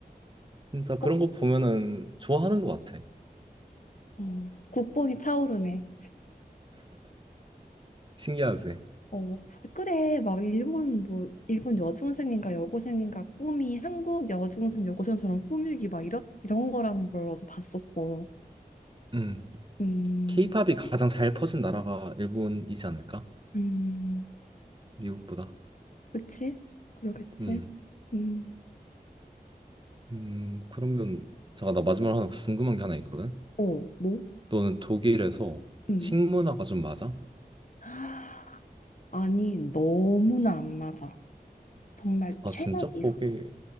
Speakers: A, on the right; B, on the left.
A: 진짜 그런
B: 국뽕
A: 거 보면은 좋아하는 것 같아.
B: 어. 국뽕이 차오르네.
A: 신기하지?
B: 어, 아, 그래, 막 일본 뭐 일본 여중생인가 여고생인가 꿈이 한국 여중생 여고생처럼 꾸미기 막 이런 이런 거라는 걸 어디서 봤었어.
A: 음.
B: 음,
A: 케이팝이 가장 잘 퍼진 나라가 일본이지 않을까?
B: 음,
A: 미국보다.
B: 그치? 그러겠지?
A: 음.
B: 음,
A: 음, 그러면 잠깐 나 마지막으로 하나 궁금한 게 하나 있거든.
B: 어, 뭐?
A: 너는 독일에서
B: 음,
A: 식문화가 좀 맞아?
B: <gasps> 아니 너무나 안 맞아. 정말
A: 아,
B: 최악이야.
A: 진짜? 거기